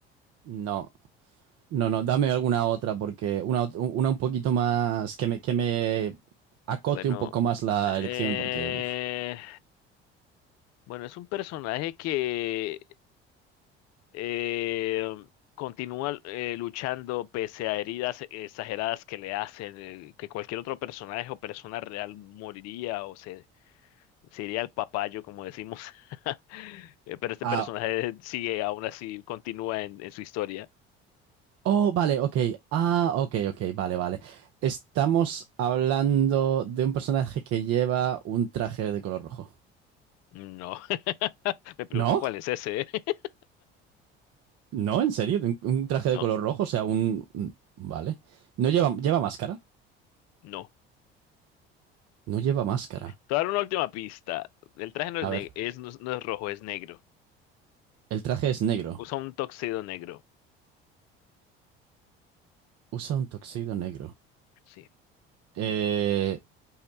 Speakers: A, on the right; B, on the left.
A: No, no, no, dame alguna otra porque una, ot- una un poquito más que me, que me acote
B: Bueno,
A: un poco más la
B: eh,
A: elección porque, uf.
B: bueno, es un personaje que Eh, continúa eh, luchando pese a heridas exageradas que le hacen, eh, que cualquier otro personaje o persona real moriría o se, se iría al papayo, como decimos. <laughs> Eh, Pero este
A: Ah,
B: personaje sigue, aún así, continúa en, en su historia.
A: Oh, vale, ok. Ah, ok, ok, vale, vale. Estamos hablando de un personaje que lleva un traje de color rojo.
B: No. <laughs> Me pregunto
A: ¿No?
B: cuál es ese. eh. <laughs>
A: ¿No? ¿En serio? ¿Un, un traje
B: No,
A: de color rojo? O sea, un... un- Vale. ¿No lleva, lleva máscara?
B: no.
A: No lleva máscara.
B: Te voy a dar una última pista. El traje no es,
A: A
B: ne-
A: ver,
B: es- no es no es rojo, es negro.
A: el traje es negro.
B: Usa un tuxedo negro.
A: Usa un tuxedo negro.
B: Sí.
A: Eh,